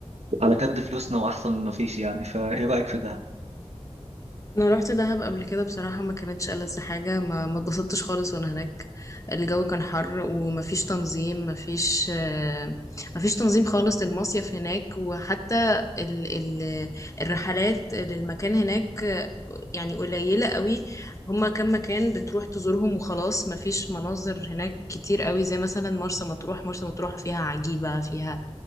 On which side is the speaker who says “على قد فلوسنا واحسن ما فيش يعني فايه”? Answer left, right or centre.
Right